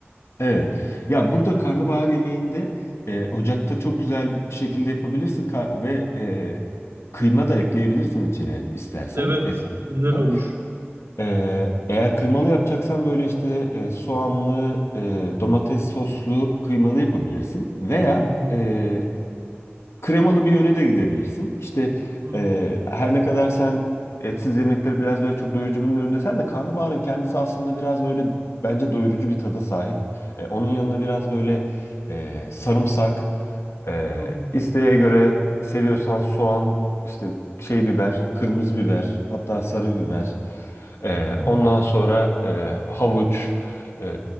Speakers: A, on the left; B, on the right.
A: Evet. Ya burada karnabahar yemeğinde e, ocakta çok güzel bir şekilde yapabilirsin ka- ve e, kıyma da ekleyebilirsin içine istersen
B: Evet,
A: et anlamında.
B: güzel olur.
A: E, eğer kıymalı yapacaksan böyle işte e, soğanlı, e, domates soslu kıymalı yapabilirsin. Veya
B: Hı hı,
A: e, kremalı bir yöne de gidebilirsin. İşte
B: hı
A: e, her ne kadar sen etsiz yemekleri biraz böyle çok doyurucu bulmuyorum desen de karnabaharın kendisi aslında biraz böyle bence doyurucu bir tada sahip. E, onun yanına biraz böyle e, sarımsak, e,
B: hı,
A: isteğe göre seviyorsan soğan, işte şey biber, kırmızı biber, hatta sarı biber. Ee,
B: hı hı.
A: ondan sonra e, havuç e,